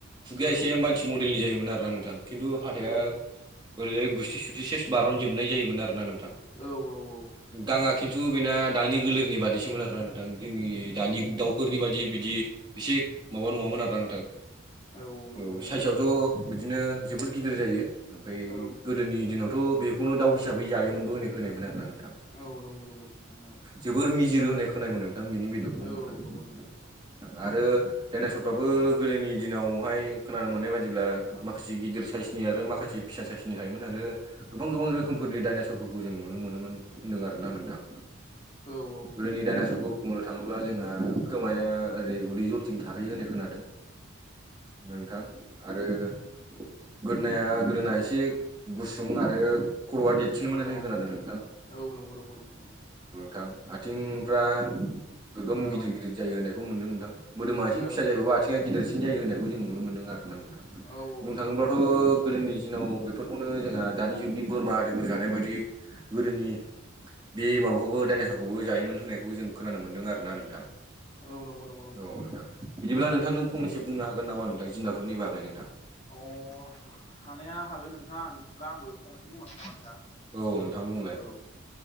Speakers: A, on the right (about 20°); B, on the left (about 30°).
A: खुगाया
B: औ
A: एसे मानसि मडेलनि जायोमोन आरोना नोंथां खिनथु हाथाया
B: औ
A: ओरैजाय गुस्थि सुस्थि सेस बारन जोबनाय जायोमोन आरोना नोंथां।
B: औ औ औ।
A: गाङा खिनथु बेना दानि गोलोरनि बादिसोमोन आरोना नोंथां जोंनि दानि दाउफोरनि बादि बिदि एसे माबा नङामोन आरोना नोंथां।
B: औ नंगौ
A: औ
B: नंगौ
A: साइसयावथ
B: नोंथां
A: बिदिनो जोबोद गिदिर जायो ओमफाय
B: औ
A: गोदोनि दिनावथ बे खुनु दा फिसाबो जायोमोनबो होननाय खोनायोमोन आरोना नों
B: औ नंगौ नंगौ नोंथां औ।
A: जोबोर मिजिरो होननाय खोनायोमोन नोंथां बिनि बेदरखौ
B: औ
A: नोंथां
B: औ नंगौ नंगौ नंगौ
A: औ। आरो डाइनासरफ्राबो
B: नंगौ
A: गोदोनि दिनावहाय खोनानो मोननाय बायदि ब्ला
B: औ
A: माखासे गिदिर साइसनि आरो माखासे फिसा साइसनि थायोमोन आरो गोबां गोबां रोखोमफोरनि डाइनासरफोरखौ जों नुनो मोनोमोन होन्दों आरो ना नोंथां।
B: औ
A: गोदोनि डाइनासरखौ बुंनो थाङोब्ला जोंहा खोमाया ओरै उदै जरथिं थाहैयो होननाय खोनादों। नोंथां आरो गोदोनाया गोदोना एसे गुसुं आरो खरआ देदसिनमोन
B: औ औ
A: होनना खोनादों नोंथां।
B: औ नंगौ नंगौ नंगौ नोंथां औ
A: गां आथिंफ्रा गोगोम
B: औ
A: गिदिर गिदिर जायो होननायखौ मोन्दों नोंथां। मोदोमा एसे
B: औ
A: फिसा जायोबाबो आथिङा गिदिरसिन जायो होननायखौ जों नुनो मोनदों आरो नोंथां बुंनो
B: औ नंगौ
A: थाङोब्लाथ'
B: नोंथां
A: गोदोनि दिनाव बे बेफोरखौनो जोंहा दानि जुगनि बोरमा आरिफोर जानाय बायदि गोदोनि बे माबाखौबो दडाइनेसरखौबो जायोमोन होननायखौ जों खोनानो मोन्दों आरोना नोंथां
B: औ नंगौ नंगौ
A: औ नोंथां बिदिब्ला नोंथां
B: औ
A: नों
B: औ
A: फंनैसो बुंनो हागोन नामा नोंथां जुनारफोरनि बागै नोंथां
B: अ हानाया हागोन नोंथां बिदिब्ला आंबो फंनैसो बुंनो थां
A: औ नोंथां बुंलाय
B: औ